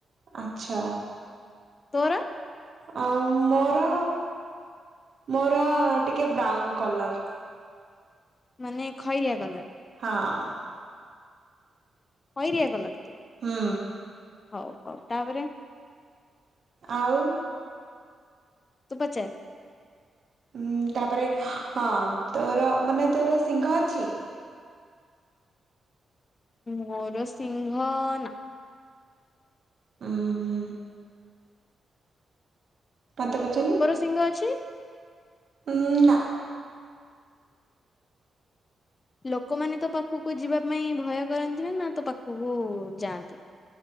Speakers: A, on the right (about 60°); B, on the left (about 35°).
A: ଆଚ୍ଛା।
B: ତୋର।
A: ଆଉ ମୋର ମୋର ଟିକେ ବ୍ରାଉନ କଲର।
B: ମାନେ ଖଇରିଆ କଲର।
A: ହଁ।
B: ଖଇରିଆ କଲର୍?
A: ହୁଁ।
B: ହଉ ହଉ ତାପରେ।
A: ଆଉ।
B: ତୁ ପଚାର।
A: ଉଁ ତାପରେ ହଁ ତୋର ମାନେ ତୋର ସିଂଘ ଅଛି?
B: ମୋର ଶିଘଂ ନା।
A: ଉଁ ହୁଁ ମତେ ପଚାରୁନୁ।
B: ସିଂଘ ଅଛି।
A: ଉଁ ନା।
B: ଲୋକମାନେ ତୋ ପାଖକୁ ଯିବା ପାଇଁ ଭୟ କରନ୍ତିନା ନା ତୋ ପାଖକୁ ଯାଆନ୍ତି?